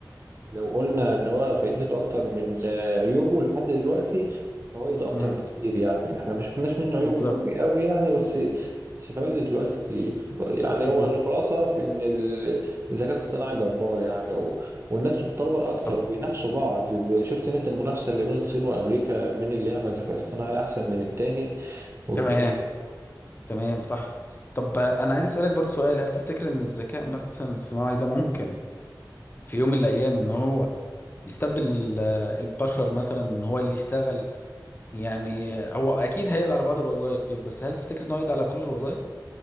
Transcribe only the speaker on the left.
امم
بالظبط
طب
و...
طب
تمام
تمام صح طب انا عايز اسالك برضو سؤال هل تفتكر ان الذكاء مثلا الصناعي ده ممكن في يوم من الايام ان هو يستبدل ال- البشر مثلا ان هو اللي يشتغل يعني هو اكيد هيقضي على بعض الوظائف بس هل تفتكر ان هو يقضي على كل الوظائف